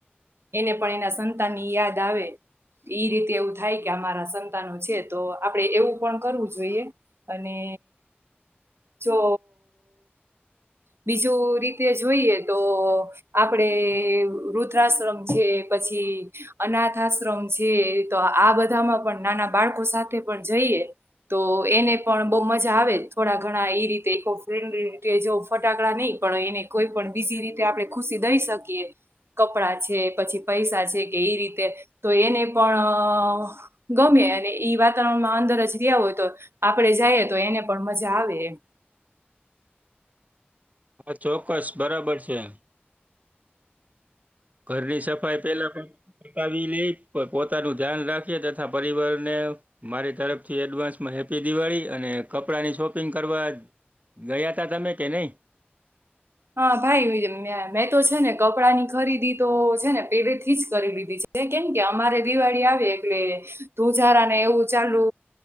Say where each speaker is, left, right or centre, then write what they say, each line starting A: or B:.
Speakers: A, on the right (about 80°); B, on the right (about 40°).
A: એને પણ એના સંતાન ની યાદ આવે ઈ રીતે એવું થાય કે અમારા સંતાનો છે તો આપડે એવું પણ કરવું જોઈએ. અને જો બીજું રીત તે જોઈએ તો આપડે વુદ્રાશ્રમ છે પછી અનાથ આશ્રમ છે, તો આ બધામાં પણ નાના બાળકો સાથે પણ જઈએ તો એને પણ બઉુ મજા આવે થોડા ઘણા એ રીતે ફન્ જો ફટાકડા નહીં પણ એને કોઈ પણ બીજી રીતે આપડણે ખુશી દઈ શકીએ. કપડા છે, પછી પૈસા છે, કે એ રીતે તો એને પણ ગમે અને ઈ વાતાવરણમાં અંદર જ રહ્યા હોય તો આપડે જઈએ તો એને પણ મજા આવે એમ
B: હા ચોક્કસ બરાબર છે. ઘરની સફાઈ પેલા પણ પતાવી લઈ પણ પોતાનું ધ્યાન રાખી તથા પરિવારને મારી તરફથી એડવાન્સમાં હેપ્પી દિવાળી અને કપડાંની શોપિંગ કરવા ગયા તા તમે કે નહીં?
A: હા ભાઈ મેં તો છે ને કપડાં ની ખરીદી તો છે ને પેલે થી જ કરી લીધી છે. એ કેમ કે અમારે દિવાળી આવે એટલે ધુજારા ને એવું ચાલુ